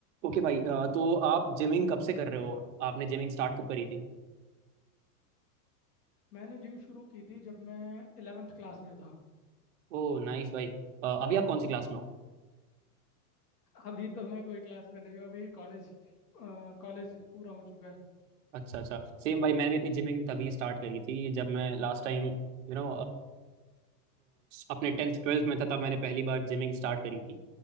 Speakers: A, on the right; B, on the left.
A: Okay भाई अ, तो आप जिमिंग कब से कर रहे हो आपने जिमिंग स्टार्ट कब करी थी
B: मैंने जिम शुरू की थी जब मैं 11th क्लास में था
A: ओ नाइस भाई अ, अभी आप कौन सी क्लास में हो
B: अभी तो मैं कोई क्लास में नहीं हूँ अभी कॉलेज कॉलेज पूरा हो चुका है
A: अच्छा अच्छा सेम भाई मैंने भी अपनी जिमिंग तभी स्टार्ट करी थी जब मैं लास्ट टाइम यू नो अपने टेंथ ट्वेल्थ में था तब मैंने पहली बार जिमिंग स्टार्ट करी थी